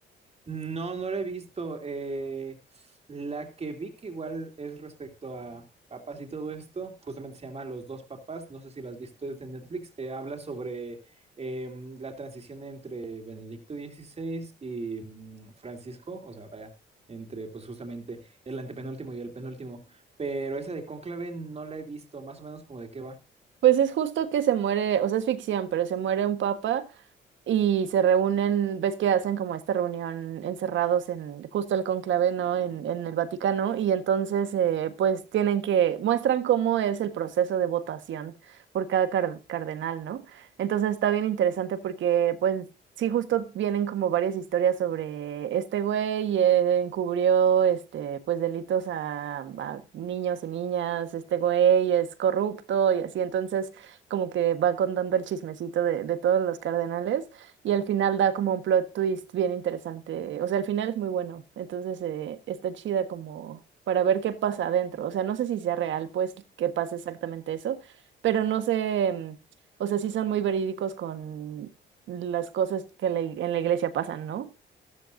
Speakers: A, on the right; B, on the right.
A: No, no la he visto. eh, la que vi que igual es respecto a papas y todo esto, justamente se llama Los dos papás, no sé si la has visto, es de Netflix, eh, habla sobre em, la transición entre Benedicto XVI y mm, Francisco, o sea, vaya, entre pues justamente el antepenúltimo y el penúltimo, pero esa de Cónclave no la he visto, más o menos como de qué va.
B: Pues es justo que se muere, o sea, es ficción, pero se muere un papa y se reúnen, ves que hacen como esta reunión encerrados en justo el conclave, ¿no? En, en el Vaticano, y entonces eh, pues tienen que, muestran cómo es el proceso de votación por cada car- cardenal, ¿no? Entonces está bien interesante porque pues sí justo vienen como varias historias sobre este güey eh, encubrió este pues delitos a, a niños y niñas, este güey es corrupto y así, entonces como que va contando el chismecito de, de todos los cardenales. Y al final da como un plot twist bien interesante. O sea, al final es muy bueno. Entonces eh, está chida como para ver qué pasa adentro. O sea, no sé si sea real, pues, que pase exactamente eso. Pero no sé, mm, o sea, sí son muy verídicos con las cosas que la ig- en la iglesia pasan, ¿no?